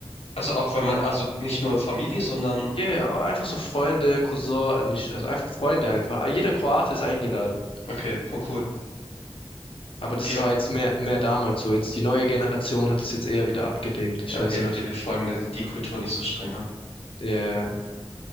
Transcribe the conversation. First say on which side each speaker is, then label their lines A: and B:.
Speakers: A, on the left; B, on the left.
A: Also auch wenn man, also nicht nur Familie, sondern,
B: Ja, ja, einfach so Freunde, Cousin, also nicht, also einfach Freunde einfach. Jeder Kroate ist eingeladen.
A: okay, voll cool.
B: Aber
A: Wie,
B: das
A: auch-
B: war jetzt mehr, mehr damals so. Jetzt die neue Generation hat das jetzt eher wieder abgelegt. Ich
A: ja,
B: weiß
A: okay, ja,
B: nicht.
A: die, wir folgen die, die Kultur nicht so streng, ha?
B: Ja. ja. ja.